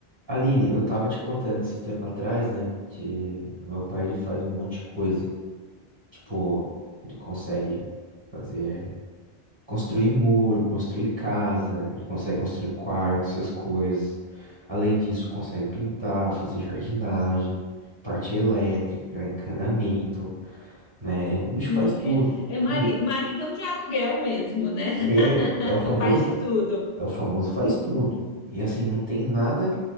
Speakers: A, on the right (about 25°); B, on the left (about 65°).
A: Aline, eu tava te contando esses tempo atrás, né, que meu pai ele faz um monte de coisa. Tipo, ele consegue fazer, construir muro, construir casa, ele consegue construir quarto, essas coisas. Além disso, consegue pintar, fazer jardinagem, parte elétrica, encanamento, né? O bicho
B: Sim,
A: faz tudo,
B: é, é mari,
A: tudo.
B: maridão de aluguel mesmo, né? <laughs>
A: É, é o famoso,
B: Faz de tudo.
A: é o famoso faz tudo. E assim, não tem nada